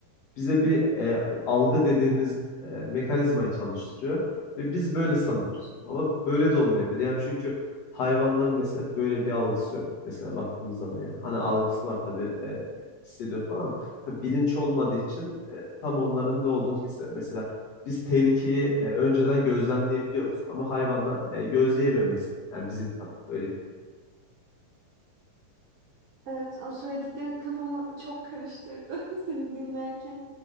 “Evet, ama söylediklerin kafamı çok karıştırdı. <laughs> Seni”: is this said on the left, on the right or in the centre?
Right